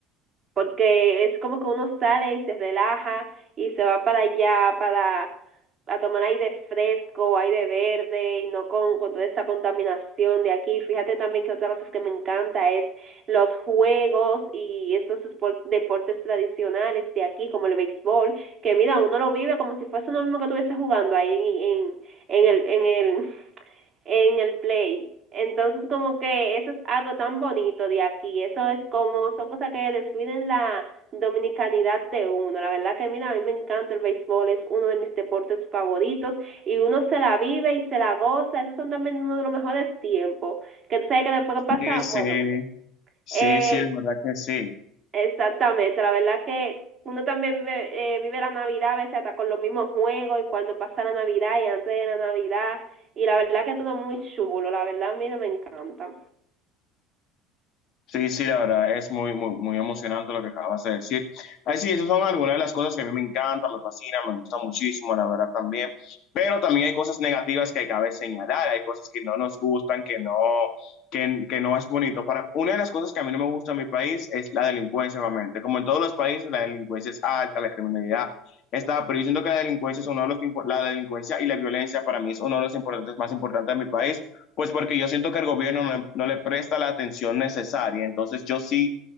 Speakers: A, on the right; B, on the left.
A: porque es como que uno sale y se relaja y se va para allá para a tomar aire fresco, aire verde y no con, con toda esta contaminación de aquí. Fíjate también que otra cosa que me encanta es los juegos y estos deportes tradicionales de aquí, como el béisbol, que mira, uno lo vive como si fuese uno mismo que estuviese jugando ahí en, en, en el, en el en el play. Entonces como que eso es algo tan bonito de aquí, eso es como, son cosas que definen la dominicanidad de uno. La verdad que mira, a mí me encanta el béisbol, es uno de mis deportes favoritos y uno se la vive y se la goza, esos son también uno de los mejores tiempos, que tú sabes que después que pasa,
B: Sí, sí,
A: bueno,
B: sí,
A: eh,
B: sí, la verdad que sí.
A: Exactamente, la verdad que uno también ve- eh, vive la Navidad a veces hasta con los mismos juegos y cuando pasa la Navidad y antes de la Navidad y la verdad que todo muy chulo, la verdad, mira, me encanta.
B: Sí, sí, la verdad es muy, muy, muy emocionante lo que acabas de decir. Ay, sí, esas son algunas de las cosas que a mí me encantan, me fascinan, me gusta muchísimo, la verdad también. Pero también hay cosas negativas que cabe señalar, hay cosas que no nos gustan, que no, que, que no es bonito. Para, una de las cosas que a mí no me gusta en mi país es la delincuencia, obviamente. Como en todos los países, la delincuencia es alta, la criminalidad está, pero yo siento que la delincuencia es uno de los, impo- la delincuencia y la violencia para mí es uno de los importantes, más importantes de mi país pues porque yo siento que el gobierno no, no le presta la atención necesaria. Entonces yo sí,